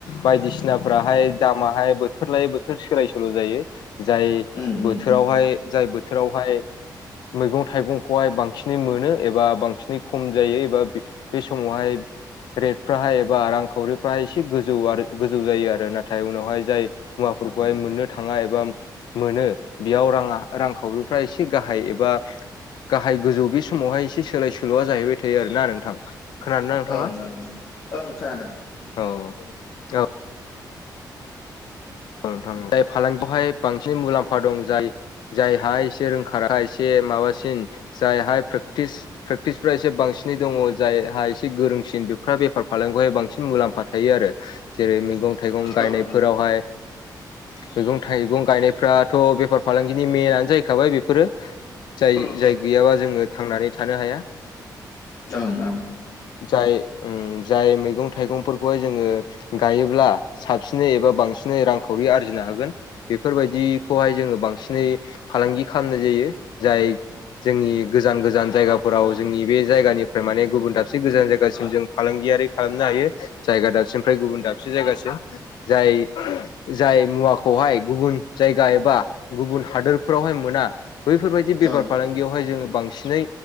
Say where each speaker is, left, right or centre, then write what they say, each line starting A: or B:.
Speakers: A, on the left; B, on the left.
A: बायदिसिनाफ्राहाय दाम माहाय बोथोर लायै बोथोर सोलाय सोल' जायो। जाय
B: उम उम
A: बोथोरावहाय
B: उम उम
A: जाय बोथोरावहाय मैगं थाइगंखौहाय बांसिनै मोनो एबा बांसिनै खम जायो एबा बे समावहाय रेट फ्राहाय एबा रांखावरिफ्राहाय एसे गोजौ आरो गोजौ जायो आरो नाथाय उनावहाय जाय मुवाफोरखौहाय
B: ओं
A: मोननो थाङा एबा मोनो बेयाव राङा रांखावरिफ्रा एसे गाहाय एबा गाहाय गोजौ बे समावहाय एसे सोलाय सोल'या जाहैबाय थायो आरोना नोंथां। खोनादोंना नोंथाङा
B: ओं ओं ओं खोनादों
A: औ। औ
B: मानो होनोब्ला
A: नोंथां जाय फालांगियावहाय बांसिन मुलामफा दं जाय जायहा एसे रोंखा एसे माबासिन जायहा प्रेक्टिस प्रेक्टिसफ्रा एसे बांसिनै दङ। जायहा एसे गोरोंसिन बेफोरहा बेफार फालांगियावहाय बांसिन मुलामफा थायो आरो जेरै मैगं थाइगं गायनायफोरावहाय
B: ओं ओं
A: मैगं थाइगं गायनायफ्राथ' बेफार फालांगिनि मेनानो जाहैखाबाय बेफोरो। जाय
B: ओं ओं
A: जाय गैयाबा जोङो थांनानै थानो हाया।
B: ओं ओं
A: जाय उम जाय मैगं थाइगंफोरखौहाय जोङो गायोब्ला साबसिनै एबा बांसिनै रां खावरि आरजिनो हागोन। बेफोरबायदिखौहाय जोङो बांसिनै फालांगि खालामनाय जायो। जाय जोंनि गोजान गोजान जायगाफोराव जोंनि बे जायगानिफ्राय माने गुबुन दाबसे गोजान जायगासिम जों फालांगियारि खालामनो हायो जायगा दाबसेनिफ्राय गुबुन दाबसे जायगासिम जाय जाय मुवाखौहाय गुबुन जायगा एबा गुबुन हादोर फोरावहाय मोना बैफोरबायदि बेफार
B: ओं ओं
A: फालांगि। बेयावहाय जोङो बांसिनै